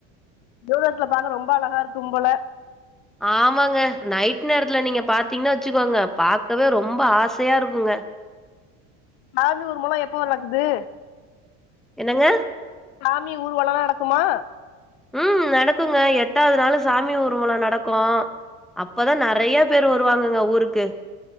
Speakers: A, on the left (about 70°); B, in the centre.
A: தூரத்த்துல பாக்க ரொம்ப அழகா இருக்கும் போல
B: ஆமாங்க நைட்டு நேரத்துல நீங்க பாத்தீங்னா வெச்சிக்கோங்க பாக்கவே ரொம்ப ஆசையா இருக்குங்க
A: மாமி ஊர்மொலோ எப்போ வரக்குது
B: என்னங்க
A: சாமி ஊர்வலலா நடக்குமா
B: ம் நடக்குங்கா எட்டாவ்து நாளு சாமி ஊர்வல நடக்கு அப்பதா நெறைய பேரு வருவாங்கங்க ஊர்ருக்கு